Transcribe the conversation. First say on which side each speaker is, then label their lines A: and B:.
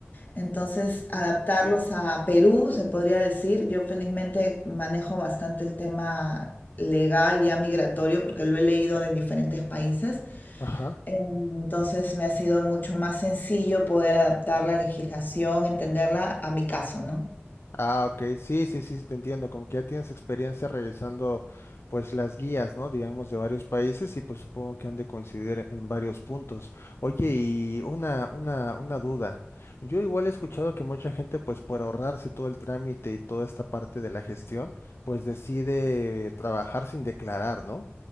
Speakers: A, on the left; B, on the left.
A: entonces adaptarlos a Perú, se podría decir, yo felizmente manejo bastante el tema legal ya migratorio porque lo he leído en diferentes países.
B: Ajá.
A: Entonces me ha sido mucho más sencillo poder adaptar la legislación, entenderla a mi caso, ¿no?
B: Ah, ok. Sí, sí, sí, te entiendo. Como que ya tienes experiencia revisando, pues, las guías, ¿no? Digamos, de varios países y pues supongo que han de coincidir en varios puntos. Oye, y una, una, una duda. Yo igual he escuchado que mucha gente, pues, por ahorrarse todo el trámite y toda esta parte de la gestión, pues decide trabajar sin declarar, ¿no?